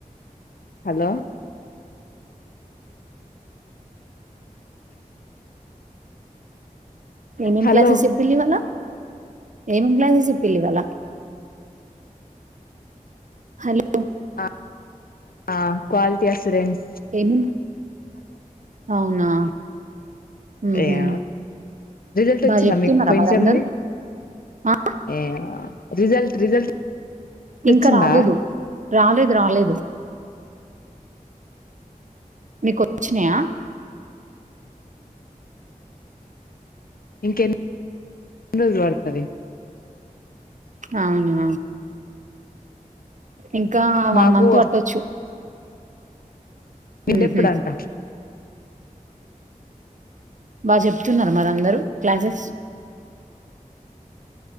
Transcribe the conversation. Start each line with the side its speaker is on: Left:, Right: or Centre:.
Left: హలో
Right: ఏమేం
Left: హలో
Right: క్లాసెస్ చెప్పిళివ్వాల ఏమేం క్లాసెస్ ఇప్పిళివ్వాల హలో
Left: అ ఆ క్వాలిటీ ఎన్సూరెన్స్
Right: ఏం అవునా ఉహు
Left: యా రిజల్ట్ వచ్చిందా
Right: బాగా చెప్తున్నారా
Left: మీకు పోయిన
Right: మరి
Left: సేమ్
Right: అందరు
Left: వి
Right: ఆ
Left: ఏ రిజల్ట్ రిజల్ట్
Right: ఇంకా
Left: వచ్చిందా
Right: రాలేదు రాలేదు రాలేదు మీకు వచ్చినాయా
Left: ఇంకా ఎన్ని రోజులు పడుతది
Right: అవునా ఇంకా వన్
Left: మాకు
Right: మంత్ పట్టొచ్చు
Left: మీదేప్పుడంట
Right: హుహు. బాగా చెప్తున్నారు మరి అందరూ క్లాసెస్